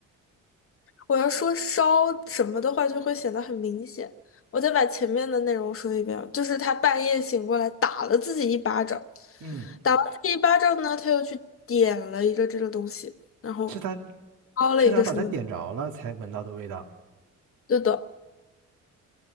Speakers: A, on the left; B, on the right.
A: 我要说烧什么的话，就会显得很明显。我再把前面的内容说一遍啊，就是他半夜醒过来打了自己一巴掌，
B: 嗯，
A: 打完自己一巴掌呢，他又去点了一个这个东西，然后
B: 是他
A: 烧了一个什么，
B: 是他把它点着了才闻到的味道。
A: 对的，